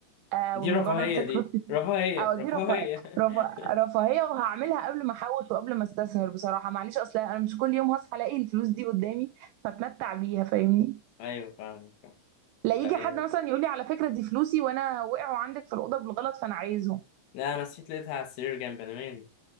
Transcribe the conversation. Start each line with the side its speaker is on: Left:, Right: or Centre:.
Right: آه
Left: دي
Right: والموضوع
Left: رفاهية
Right: ده محتاج
Left: دي
Right: فلوس كتير
Left: رفاهية
Right: اه دي
Left: رفاهية
Right: رفاهيه رفا-
Left: <laughs>
Right: رفاهيه وهعملها قبل ما احوش وقبل ما استثمر بصراحه معلش اصل انا مش كل يوم هصحى الاقي الفلوس دي قدامي فاتمتع بيها فاهمني
Left: ايوه فاهم فاهم.
Right: لا يجي
Left: لا ايه
Right: حد مثلا يقول لي على فكره دي فلوسي وانا وقعوا عندك في الاوضه بالغلط فانا عايزهم
Left: لا انا نسيت لقيتها على السرير جنب انا مالي